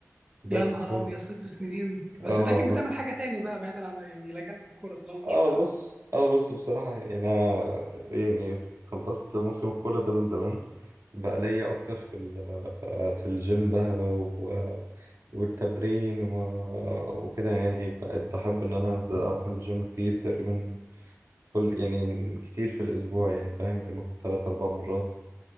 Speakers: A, on the right; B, on the right.
A: بس
B: يا نهار ابيض ست سنين
A: اه
B: بس انت اكيد بتعمل
A: والله
B: حاجه تاني بقى بعيدا عن يعني الى جانب الكوره طالما مش
A: اه
B: بتلعب
A: بص اه بص بصراحة يعني أنا يعني خلصت موسم الكورة ده من زمان بقى ليا أكتر في ال- آه، في الجيم بقى و- والتمرين و- وكده يعني بقيت بحب إن أنا أنزل أروح الجيم كتير تقريبا كل يعني كتير في الأسبوع يعني فاهم يعني ممكن تلات أربع مرات